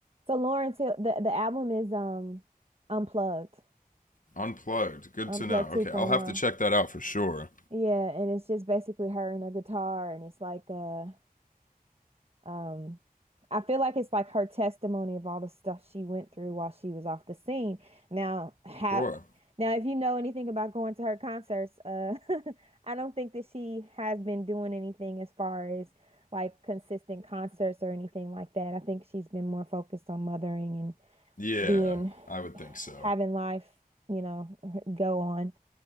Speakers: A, on the right; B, on the left.
A: So Lawrence Hill, the the album is um Unplugged,
B: Unplugged. Good
A: Unplugged
B: to know.
A: 2.0.
B: Okay, I'll have to check that out for sure.
A: Yeah, and it's just basically her and her guitar, and it's like uh um I feel like it's like her testimony of all the stuff she went through while she was off the scene. Now, how
B: Sure.
A: now if you know anything about going to her concerts, uh <laughs> I don't think that she has been doing anything as far as like consistent concerts or anything like that. I think she's been more focused on mothering and
B: Yeah,
A: being
B: I would think so.
A: having life, you know, <laughs> go on